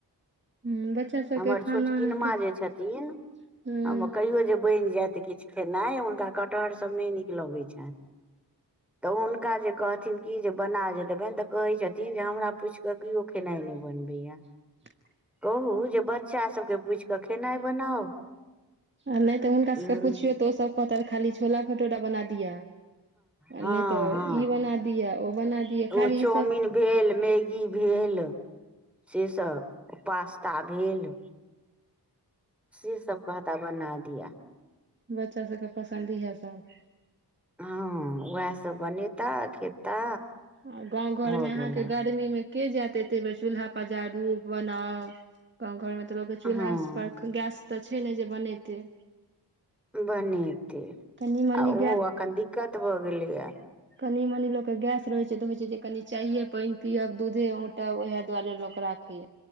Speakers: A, on the right; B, in the centre.
A: ह बच्चा सबके
B: हमर
A: खाना
B: छोटकी
A: अहाँके
B: माँ जे छथिन
A: ह
B: आ कहियो जे बइन जैत किछ खेनाइ हुनका कटहर सब नय नीक लगै छै तऽ हुनका जे कहथिन की जे बना जे देबइन ते कहे छथिन जे हमरा पूछ के के खेनाई न बनबे या
A: ह
B: कहू जे बच्चा सबके पुइछ कऽ खेनाइ बनाउ
A: आ नय तऽ हुनका
B: हँ
A: सबके पुछियौ तऽ ओसब कहत खाली छोला भटूरा बना दिअ
B: हँ
A: नय तऽ
B: हँ
A: ई बना दिय ओ बना दिया
B: ओ
A: खाली
B: चाउमिन
A: ई सब
B: भेल मैगी भेल से सब पास्ता भेल से सब कहता बना दिया
A: बच्चा सबके पसन्द इएह सब
B: हँ उएह सब बनेता खेता
A: आ गाँव घर
B: भऽ
A: में अहाँके
B: गेलनि
A: गर्मीमें के जैत एते बेर चूल्हा पजाारू बनाउ गाँं घर में तऽ लऽ
B: हँ
A: चूल्हा पर गैस तऽ छय ने जे बनेतै
B: बनेतै
A: कनि मनी
B: आ ओहो अखन दिक्कत भऽ गेलैया
A: कनी मनी लोक के गैस रहय छै तऽ होय छै जे कनी चायये पानि पियब दूधे औंटब उएह दुआरे लोक राखय या